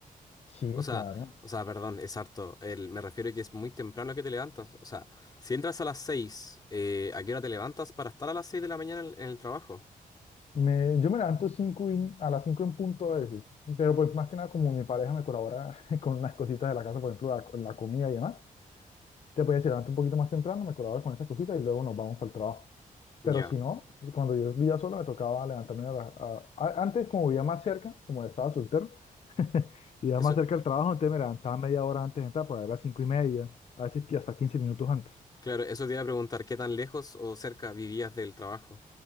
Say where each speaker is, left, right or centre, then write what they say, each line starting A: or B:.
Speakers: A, on the left; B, on the left.
A: Sí,
B: o sea,
A: claro.
B: o sea, perdón, es harto, El- me refiero a que es muy temprano que te levantas, o sea, si entras a las seis, eh, ¿a qué hora te levantas para estar a las seis de la mañana en en el trabajo?
A: Me, yo me levanto cinco y- a las 5 en punto a veces, pero pues más que nada como mi pareja me colabora <laughs> con unas cositas de la casa, por ejemplo, la, la comida y demás. te podías levantar un poquito más temprano, me colabora con esas cositas y luego nos vamos para el trabajo.
B: Ya,
A: Pero si no, si- cuando yo vivía solo me tocaba levantarme a la- a- a- antes, como vivía más cerca, como estaba soltero, <laughs> vivía
B: Eso,
A: más cerca del trabajo, entonces me levantaba media hora antes de entrar, para las cinco y media, a veces que hasta quince minutos antes.
B: claro, eso te iba a preguntar, ¿qué tan lejos o cerca vivías del trabajo?